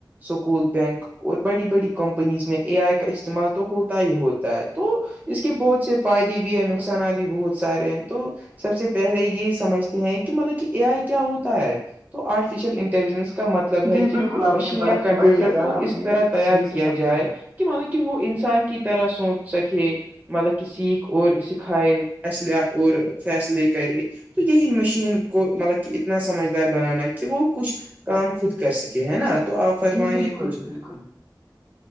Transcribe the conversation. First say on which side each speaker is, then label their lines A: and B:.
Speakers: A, on the right; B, on the right.
A: school bank اور بڑی بڑی کمپنیز میں اے آئی کا استعمال تو ہوتا ہی ہوتا ہے تو اس کے بہت سے فائدے بھی ہیں نقصانات بھی بہت سارے ہیں تو سب سے پہلے یہ سمجھتے ہیں کہ مطلب کہ اے آئی کیا ہوتا ہے تو آرٹیفیشل انٹیلیجنس کا مطلب
B: جی
A: ہے کہ
B: بالکل، آپ
A: مشین
B: نے با
A: یا کمپیوٹر
B: بھائی اذان
A: کو
B: آپ
A: اس
B: نے
A: طرح تیار
B: صحیح
A: کیا
B: سے سمجھا
A: جائے
B: ہے۔
A: کہ مطلب کہ وہ انسان کی طرح سوچ سکے مطلب کہ سیکھ اور سکھائے اصلح اور فیصلے کرے تو یہی مشین کو مطلب کہ اتنا سمجھدار بنانا کہ وہ کچھ کام خود کر سکے ہے نا تو آپ فرمائیے
B: جی بالکل،
A: کچھ
B: بالکل۔